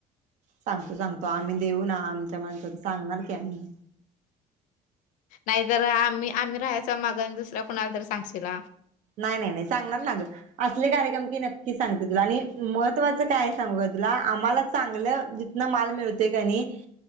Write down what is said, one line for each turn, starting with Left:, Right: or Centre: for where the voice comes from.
Right: सांगतो सांगतो आम्ही देऊ ना आमच्या माणसाच सांगणार त्यांनी
Left: नाहीतर आम्ही आम्ही राहायच माग आणि दुसऱ्या कुणाला तरी सांगशीला.
Right: नाही नाही नाही सांगणार ना ग असले कार्यक्रम की नक्की सांगते तुला आणि महत्त्वाच काय आहे सांगू का तुला आम्हाला चांगलं जीथन माल मिळतोय का नाही.